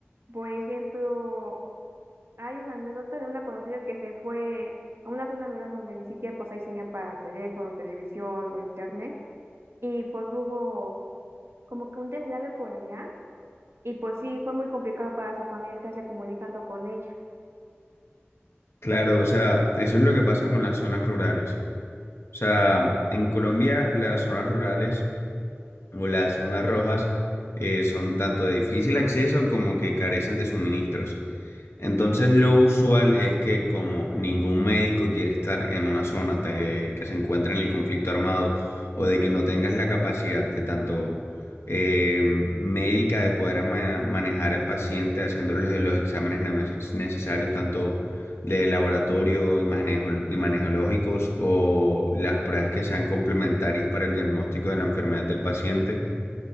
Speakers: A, on the right; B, on the left.
A: Por ejemplo, hay una anécdota de una conocida que se fue a una zona rural donde ni siquiera pues hay señal para teléfono, televisión o internet. y pues hubo como que un deslave por allá y pues sí, fue muy complicado para sus familia estarse comunicando con ella.
B: Claro, o sea, eso es lo que pasa con las zonas rurales. O sea, en Colombia las zonas rurales o las zonas rojas eh, son tanto de difícil acceso como que carecen de suministros. Entonces lo usual es que como ningún médico quiere estar en una zona ta- eh, que se encuentra en el conflicto armado o de que no tengas la capacidad de tanto eh, médica de poder ma- manejar al paciente haciéndole los exámenes neves- necesarios tanto de laboratorio, imagenejo- imageneológicos o las pruebas que sean complementarias para el diagnóstico de la enfermedad del paciente.